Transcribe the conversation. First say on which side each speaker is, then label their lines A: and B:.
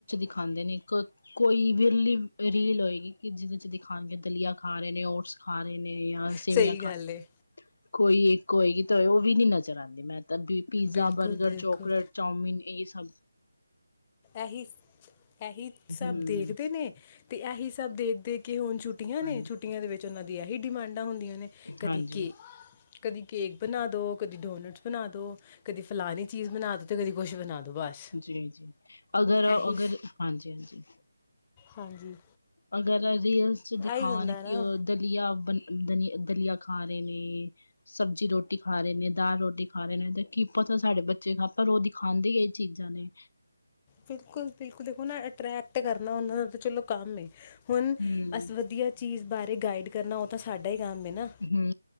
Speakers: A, on the left (about 60°); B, on the left (about 25°).
A: ਖਾਂਦੇ ਨੇ ਇੱਕ ਕੋਈ ਵਿਰਲੀ ਰੀਲ ਹੋਏਗੀ ਕਿ ਜਿਹਦੇ ਚ ਦਿਖਾਣਗੇ ਦਲੀਆ ਖਾ ਰਹੇ ਨੇ ਓਟਸ ਖਾ ਰਹੇ ਨੇ ਜਾਂ ਸੇਵੀਆਂ
B: ਸਹੀ
A: ਖਾ
B: ਗੱਲ ਏ
A: ਕੋਈ ਇੱਕ ਹੋਏਗੀ ਤਾਂ ਉਹ ਵੀ ਨੀ ਨਜ਼ਰ ਆਉਂਦੀ ਮੈਂ ਤਾਂ ਪੀਜ਼ਾ
B: ਬਿਲਕੁਲ
A: ਬਰਗਰ
B: ਬਿਲਕੁਲ
A: ਚ ਚਾਮਨ ਇਹ ਸਭ
B: ਇਹੀ ਇਹੀ
A: ਹੂੰ,
B: ਸਭ ਦੇਖਦੇ ਨੇ ਤੇ ਇਹੀ ਸਭ ਦੇਖਦੇ ਕਿ ਹੁਣ ਛੁੱ ਛੁੱਟੀਆਂ
A: ਹਾਂਜੀ-ਹਾਂਜੀ,
B: ਨੇ ਛੁੱਟੀਆਂ ਦੇ ਵਿੱਚ ਉਹਨਾਂ ਦੀ ਇਹੀ ਡਿਮਾਂਡਾਂ ਹੁੰਦੀਆਂ ਨੇ ਕਦੀ
A: ਹਾਂਜੀ-ਹਾਂਜੀ।
B: ਕੇ ਕਦੀ ਕੇਕ ਬਣਾ ਦੋ ਕਦੀ ਡੋਨਟਸ ਬਣਾ ਦੋ ਕਦੀ ਫਲਾਨੀ ਚੀਜ਼ ਬਣਾ ਦੋ ਤੇ ਕਦੀ ਕੁਛ ਬਣਾ ਦੋ ਬਸ
A: ਜੀ ਜੀ ਅਗਰ
B: ਇਹੀ
A: ਅਗਰ ਹਾਂਜੀ ਹਾਂਜੀ
B: ਹਾਂਜੀ
A: ਅਗਰ ਰੀਲਸ ਚ ਦਿਖਾਨ
B: ਇਹੀ ਹੁੰਦਾ
A: ਕਿ
B: ਨਾ
A: ਉਹ ਦਲੀਆ ਉਬਲ ਦਲੀਆ, ਦਲੀਆ ਖਾ ਰਹੇ ਨੇ ਸਬਜ਼ੀ ਰੋਟੀ ਖਾ ਰਹੇ ਨੇ ਦਾਲ ਰੋਟੀ ਖਾ ਰਹੇ ਨੇਦਾ ਕੀ ਪਤਾ ਸਾਡੇ ਬੱਚੇ ਖਾ ਪਰਾਂ ਰੋ ਖਾਂਦੇ ਇਹ ਚੀਜ਼ਾਂ ਨੇ
B: ਬਿਲਕੁਲ ਬਿਲਕੁਲ ਦੇਖੋ ਨਾ ਅਟਰ੍ਰੈਕਟ ਕਰਨਾ ਉਹਨਾਂ ਦਾ ਤਾਂ ਚਲੋ ਕੰਮ ਏ ਹੁਣ
A: ਹੂੰ
B: ਅਸ ਵਧੀਆ ਚੀਜ਼ ਬਾਰੇ ਗਾਈਡ ਕਰਨਾ ਉਹ ਤਾਂ ਸਾਡਾ ਹੀ ਕੰਮ ਹੈ ਨਾ
A: ਹੂ